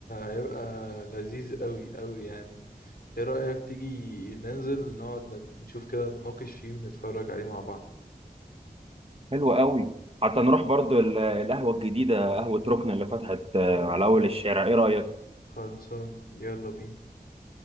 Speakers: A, on the left (about 70°); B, on the right (about 35°).
A: هيبقى لذيذ قوي قوي يعني ايه رأيك تيجي ننزل نقعد نت- نشوف كده نتناقش فيه ونتفرج عليه مع بعض
B: حلو قوي حتى نروح برضو ال- القهوة الجديدة قهوة ركن اللي فتحت آه، على أول الشارع إيه رأيك؟
A: خلصان يلا بينا